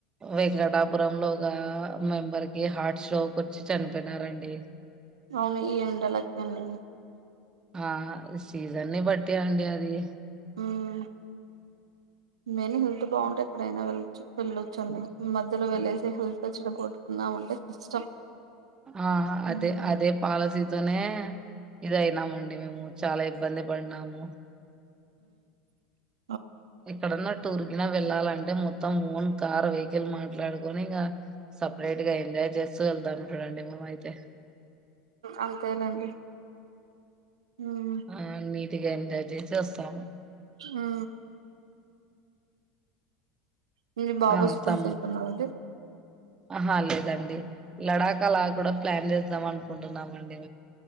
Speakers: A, on the right; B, on the right.
A: వెంకటాపురంలో ఒగా మెంబర్కి హార్ట్ స్ట్రోక్ వచ్చి చనిపోయినారండి.
B: అవును ఈ ఎండలకి అండి.
A: ఆహా సీజన్ని బట్టి అండి అది.
B: ఉమ్ మేన్ హెల్త్ బాగుంటే ఎక్కడైనా వెళ్ళచ్చు. వెళ్ళొచ్చు అండి. మధ్యలో వెళ్లేసి హెల్త్ ఎచ్చడ కొట్టుకుందం అంటే కష్టం.
A: ఆ
B: ఉమ్
A: అదే అదే పాల తోనే ఇది అయినామండి మేముగూడ చాలా ఇబ్బంది పడినాము.
B: ఉ
A: ఎక్కడన్నా టూర్కిన వెళ్ళాలండ్ అంటే మొత్తం ఓన్ కార్ వెహికల్ మాట్లాడుకొని, ఇంగా సపరేట్ గా ఎంజాయ్ చేస్తూ వెళ్తాం చూడండి. మేమ అయితే
B: అంతేలేండి ఉమ్
A: ఆ మీ గట్టిగా ఎంజాయ్ చేసి వస్తాము.
B: ఆ మీ బాబు
A: ఆ
B: స్కూల్కి
A: సమ్మర్
B: వెళ్తున్నాడండి
A: ఆహా లేదండి లడాకా లా కూడా ప్లాన్ చేజే దమ అనుకుంటునామండి